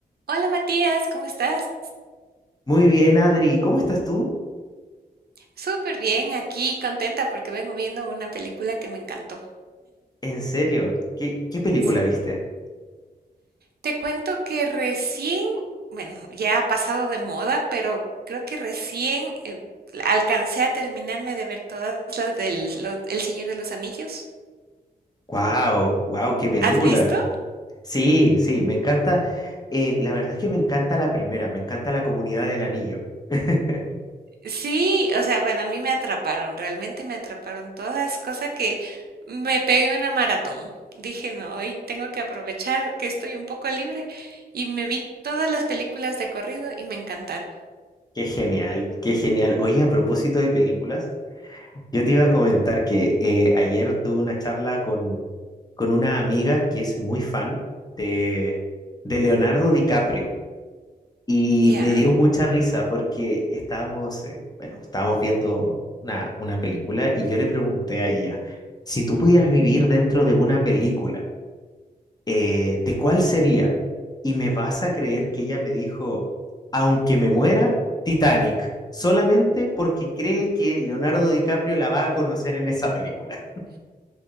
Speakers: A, on the right (about 70°); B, on the left (about 25°).
A: Hola Matías, ¿cómo estás?
B: Muy bien, Adri. ¿Cómo estás tú?
A: Súper bien, aquí contenta porque vengo viendo una película que me encantó.
B: En serio, ¿qué, qué película
A: Sí.
B: viste?
A: Te cuento que recién, bueno, ya ha pasado de moda, pero creo que recién eh, alcancé a terminarme de ver todas las del lo- El Señor de los Anillos.
B: ¡Wow! ¡Wow! ¡Qué película!
A: ¿Has visto?
B: Sí, sí, me encanta. eh, la verdad es que me encanta la primera, me encanta la comunidad del anillo. <laughs>
A: Sí, o sea, bueno, a mí me atraparon, realmente me atraparon todas, cosa que me pegué una maratón. Dije, no, hoy tengo que aprovechar que estoy un poco libre y me vi todas las películas de corrido y me encantaron.
B: Qué genial, qué genial. Oye, a propósito de películas, yo te iba a comentar que eh, ayer tuve una charla con, con una amiga que es muy fan de, de Leonardo DiCaprio. Y
A: Ya,
B: me dio mucha risa porque estábamos, eh, bueno, estábamos viendo una, una película y yo le pregunté a ella, si tú pudieras vivir dentro de una película, eh, ¿de cuál sería? Y me vas a creer que ella me dijo, aunque me muera, Titanic, solamente porque cree que Leonardo DiCaprio la va a conocer en esa película. <laughs>